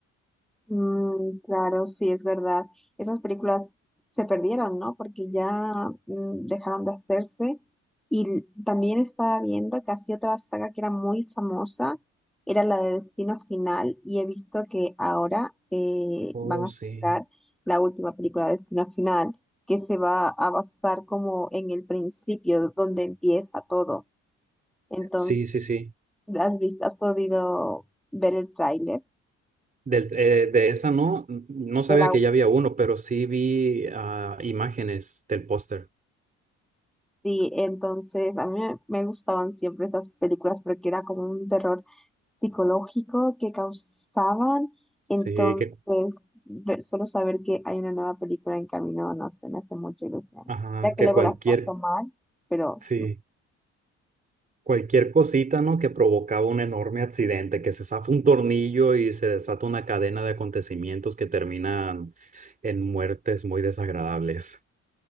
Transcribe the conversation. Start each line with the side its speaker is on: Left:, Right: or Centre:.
Centre: Mm, claro, sí, es verdad. Esas películas se perdieron, ¿no? Porque ya mm, dejaron de hacerse. Y l- también estaba viendo que así otra saga que era muy famosa, era la de Destino Final, y he visto que ahora eh,
Right: Oh,
Centre: van a
Right: sí.
Centre: sacar la última película de Destino Final, que se va a basar como en el principio, donde empieza todo. Entonces,
Right: Sí, sí, sí.
Centre: ¿has visto, has podido ver el tráiler
Right: Del, eh, de esa no, no sabía
Centre: de la
Right: que ya había uno, pero sí vi ah, imágenes del póster.
Centre: Sí, entonces a mí me me gustaban siempre estas películas porque era como un terror psicológico que causaban.
Right: Sí,
Centre: Entonces,
Right: que,
Centre: ve- solo saber que hay una nueva película en camino, no sé, me hace mucha ilusión.
Right: ajá,
Centre: Ya que
Right: que
Centre: luego
Right: cualquier,
Centre: las paso mal, pero
Right: sí, cualquier cosita, ¿no? Que provocaba un enorme accidente, que se zafa un tornillo y se desata una cadena de acontecimientos que terminan en muertes muy desagradables.